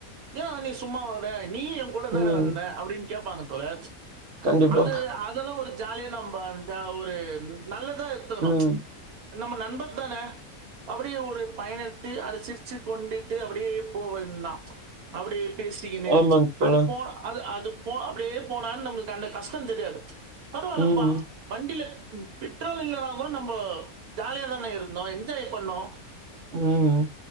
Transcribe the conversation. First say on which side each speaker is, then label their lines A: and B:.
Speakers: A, on the right; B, on the right.
A: ஏ நீ சும்மா வர நீயும் என் கூட தானே
B: ம்
A: வந்த அப்படின்னு கேப்பாங்க <unintelligible>
B: கண்டிப்பா.
A: அது அதெல்லா ஒரு ஜாலியா நம்ம ஒரு நல்லதா எடுத்துக்கணு
B: ம்.
A: நம்ம நண்பர் தான அப்படியே ஒரு பயனடுத்தி அத சிரிச்சி கொண்டு ட்டு அப்படியே போவன்னா ச் அப்படியே பேசிகினு
B: ஆமாங்க தோழா.
A: அது போன அது அது போ அப்படியே போனாலு நம்மளுக்கு அந்த கஷ்ட தெரியாது பருவாலப்பா
B: ம்.
A: வண்டில பெட்ரோல் இல்லனா கூட நம்ப ஜாலியா தான இருந்தோ என்ஜாய் பண்ணோ
B: ம்